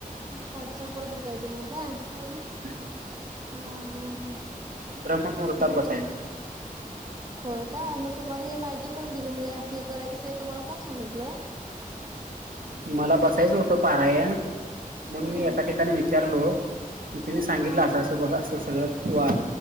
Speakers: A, on the right (about 25°); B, on the right (about 75°).
A: पाच च्या पुढं बसायचं नाही का हा
B: नाही.
A: हां हां हं
B: ब्रह्ममुहूर्तात बसायचं.
A: होय काय मग तुम्हाला ही माहिती कोण दिली म्हणजे हे करायचं असं हे तुम्हाला कोण सांगितलं
B: मला बसायचं होतं पारायण म्हणून
A: हम्म
B: मी एका ठिकाणी विचारलो तिने सांगितलं
A: हा
B: अस असं बघा अस सगळं वाल